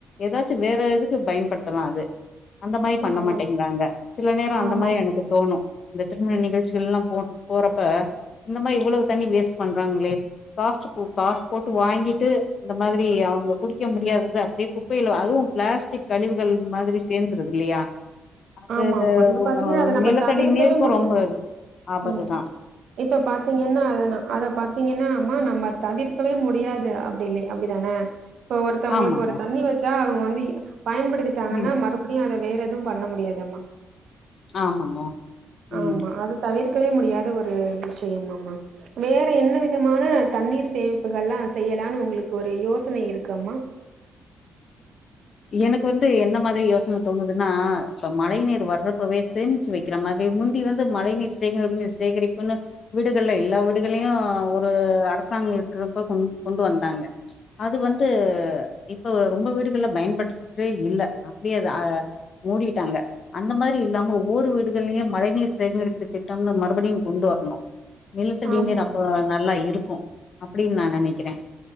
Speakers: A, on the left; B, on the right.
A: எதாச்சும் வேற இதுக்கு பயன்படுத்தலா அது அந்த மாரி பண்ண
B: ஆமா
A: மாட்டேங்குறாங்க சில நேரம் அந்த
B: ஆமா
A: மாரி எனக்கு தோணும் இந்த திருமண நிகழ்ச்சிகள் எல்லா போ போறப்ப இந்த மாரி இவ்வளவு தண்ணி வேஸ்ட் பண்றாங்களே காஸ்டு போ காசு போட்டு வாங்கிட்டு இந்த மாதிரி அவுங்க குடிக்க முடியாதது அப்படியே குப்பையில அதுவும் பிளாஸ்டிக் கழிவுகள் மாதிரி சேர்ந்துருது இல்லையா அது
B: ஆமா
A: அது
B: ஆமா இப்ப
A: ஓ
B: பாத்தீங்கன்னா அத நம்ம
A: நிலத்தடி
B: தவிர்க்கவே
A: நீருக்கும்
B: முடியாது
A: ரொம்ப அது ஆபத்து
B: ம்
A: தா
B: இப்ப பாத்தீங்கன்னா அத ந அத பாத்தீங்கன்னா அம்மா நம்ம தவிர்க்கவே முடியாது அப்பிடி இல்லையா அப்பிடி தன இப்ப ஒருத்தவுங்களுக்கு
A: ஆமாங்க
B: ஒரு தண்ணி வச்சா அவுங்க வந்து பயன்படுத்திட்டாங்கன்னா
A: ம்
B: மறுபடியும் அத வேற எதுவும் பண்ண முடியாது ஆமா
A: ஆமாங்க
B: ஆமா
A: ம்
B: அது தவிர்க்கவே முடியாத ஒரு விஷயம் ஆமா வேற என்ன விதமான தண்ணீர் சேமிப்புகள்லா செய்யலானு உங்களுக்கு ஒரு யோசனை இருக்காம்மா
A: எனக்கு வந்து என்ன மாதிரி யோசன தோணுதுன்னா இப்ப மழை நீரு வர்றப்பவே சேமிச்சு வைக் கிற மாதிரி முந்தி வந்து மழை நீீர் சேங்கரிப்புனு சேகரிப்புன்னு வீடுகள்ல எல்லா வீடுகளையு ஒரு அரசாங்கம் இருக்கிறப்ப கொ கொண்டு வந்தாங்க அது வந்து இப்ப ரொம்ப வீடுகள்ல பயன்படுத்தவே இல்ல அப்படியே அது மூடிட்டாங்க அந்த மாதிரி இல்லாம ஒவ்வொரு வீடுகள்லயும் மழை நீீர் சேகரிப்பு திட்டம்னு மறுபடியும் கொண்டு வரணும் நிலத்தடி
B: ஆமாமா
A: நீர் அப்ப நல்லா இருக்கும் அப்படின்னு நா நினைக்கிறே